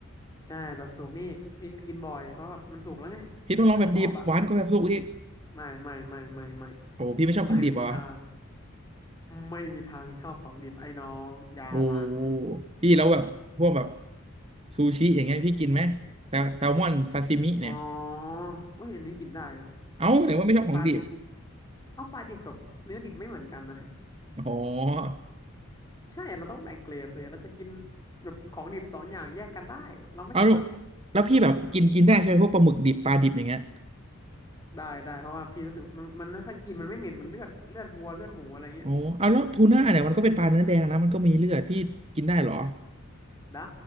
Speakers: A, on the left (about 15°); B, on the right (about 30°).
A: ใช่แบบสุกนี่พี่ก็กินบ่อยเพราะแบบมันสุกแล้วไงพี่ก็ชอบอ่ะมัน
B: พี่ต้องลองแบบดิบหวานกว่าแบบสุกอีก
A: ไม่ไม่ไม่ไม่ไม่
B: โอ้พี่ไม่ชอบของดิบเหรอ
A: ไม่มีทางไม่มีทางชอบของดิบไอ้น้องอย่าหวัง
B: โอ้พี่แล้วแบบพวกแบบซูชิอย่างเงี้ยพี่กินไหมแซลแซลมอนซาซิมิเนี่ย
A: อ๋อเอ้ยอันนี้กินได้นะ
B: เอ้าไหนว่าไม่ชอบของดิบ
A: ปลาดิบ เอาปลาดิบกับเนื้อดิบไม่เหมือนกันนะ
B: อ๋อ
A: ใช่เราต้องแบ่งเกรดเลยเราจะกินแบบของดิบสองอย่างแยกกันได้เราไม่สามารถ
B: เอาแล้วแล้วพี่แบบกินกินได้ใช่ไหมพวกปลาหมึกดิบปลาดิบอย่างเงี้ย
A: ได้ได้เพราะว่าพี่รู้สึกว่ามันมันไม่ค่อยกินมันไม่เหม็นมันเลือดเลือดวัวเลือดหมูอะไรเงี้ย
B: โอ้เอาแล้วทูน่าเนี่ยมันก็เป็นปลาเนื้อแดงนะมันก็มีเลือดพี่กินได้เหรอ
A: ได้